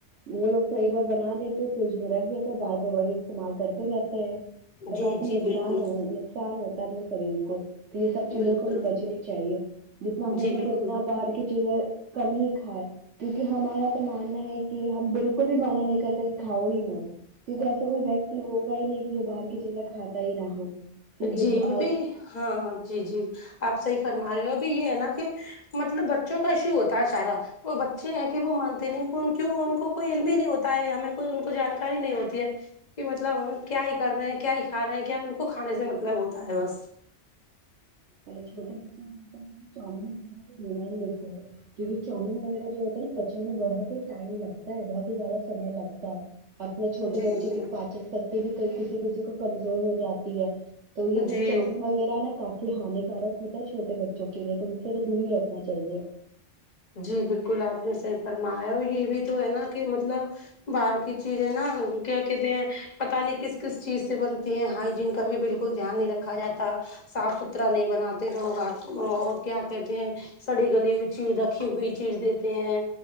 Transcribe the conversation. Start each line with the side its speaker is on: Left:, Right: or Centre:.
Right: وہ لوگ تو ایک بار بنا دیتے فریج میں رکھ دیتے بار بار وہی استعمال کرتے رہتے ہیں تو
Left: جی
Right: کافی نقصان
Left: جی بالکل
Right: نقصان ہوتا ہے اپنے شریر کو تو یہ سب چیزوں
Left: بالکل
Right: بچنے چاہیے جتنا ہو
Left: جی
Right: سکے
Left: بالکل
Right: اتنا باہر کے چیزیں کم ہی کھائے کیونکہ ہمارا تو ماننا ہے کہ ہم بالکل بھی منع نہیں کرتے کہ کھاؤ ہی مت کیونکہ ایسا کوئی ویکتی ہوگا ہی نہیں کہ جو باہر کی چیزیں کھاتا ہی نا ہو کیونکہ
Left: جی ابھی ہاں جی جی آپ صحیح فرما رہے ہو ابھی یہ ہے نا کہ مطلب بچوں کا ایشو ہوتا ہے سارا وہ بچے ہیں کہ وہ مانتے نہیں کیوں ان کوئی علم ہی نہیں ہوتا ہے ہمیں کوئی ان کو جانکاری نہیں ہوتی ہے کہ مطلب ہم کیا ہی کر رہے ہیں کیا ہی کھا رہے ہیں کیا ان کو کھانے سے مطلب ہوتا ہے بس
Right: چھوٹے موٹے <unintelligible> چاؤین ویر تو دینا ہی لیتے ہیں کیونکہ چاؤمین وغیرہ جو ہوتا ہے نا پچنے میں بہت ہی ٹائم لگتا ہے بہت ہی زیادہ سمے لگتا ہے اپنے چھوٹے
Left: جی
Right: بچے
Left: جی
Right: کی پاچن شکتی بھی کئی کسی کسی کو کمزور ہو جاتی ہے تو یہ سب
Left: جی
Right: چاؤمین وغیرہ نا یہ ہانیکارک ہوتا ہے چھوٹے بچوں کے لیے تو ان سے تو دوری رکھنا چاہیے
Left: جی بالکل آپ نے صحیح فرمایا اور یہ بھی تو ہے نا کہ مطلب باہر کی چیز ہے نا کیا کہتے ہیں پتا نہیں کس کس چیز سے بنتی ہے ہائیجین کا بھی بالکل دھیان نہیں رکھا جاتا صاف ستھرا نہیں بناتے لوگ آ اور کیا کہتے ہیں سڑی گلی ہوئی چی رکھ رکھی ہوئی چیز دیتے ہیں